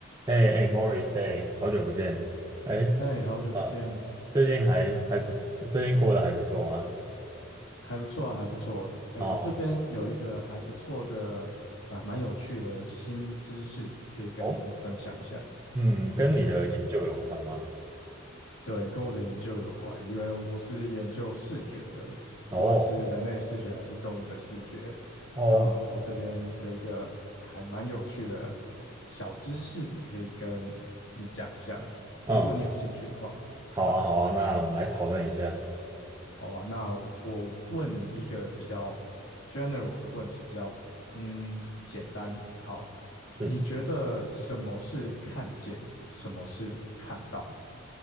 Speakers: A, on the right; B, on the left.
A: 哎哎，Morris，哎，好久不见，哎，
B: 哎，好久不见，
A: 呃，最近还还不错，最近过得还不错吗？
B: 还不错啊，还不错。哎，
A: 哦
B: 我这边有一个还不错的，啊、蛮有趣的新知识，可以跟你们分享一下。
A: 哦，嗯，跟你的研究有关吗？
B: 对，对，跟我的研究有关，因为我是研究视觉的，
A: 哦
B: 不管是人类的视觉还是动物的视觉。
A: 哦，
B: 那我这边有一个还蛮有趣的小知识，可以跟你讲一下，
A: 嗯，
B: 如果你有兴趣的话。
A: 好啊好啊，那我们来讨论一下，
B: 好啊，那我问你一个比较 general 的问题，比较嗯简单。好，
A: 是，
B: 你觉得什么是看见，什么是看到？